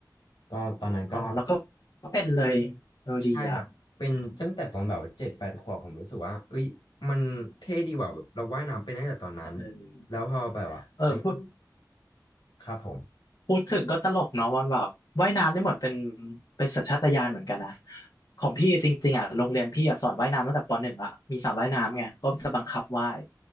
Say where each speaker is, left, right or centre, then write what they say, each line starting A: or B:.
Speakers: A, on the left; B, on the left.
A: ก็ตอนนั้นก็ทำ
B: อ๋อแล้วก็เป็นเลยเออดีอ่ะ
A: ใช่ครับเป็นตั้งแต่ตอนแบบเจ็ดแปดขวบผมรู้สึกว่าเอ้ยมันเท่ดีว่ะแบบเราว่ายน้ำเป็นตั้งแต่ตอนนั้น
B: เออ
A: แล้วพอแบบว่าไป
B: เออพูด
A: ครับผม
B: พูดถึงก็ตลกเนาะวันแบบว่ายน้ำนี่เหมือนเป็นเป็นสัญชาตญาณเหมือนกันนะของพี่จริงๆอ่ะโรงเรียนพี่อ่ะสอนว่ายน้ำตั้งแต่ปหนึ่งละมีสระว่ายน้ำไงก็จะบังคับว่าย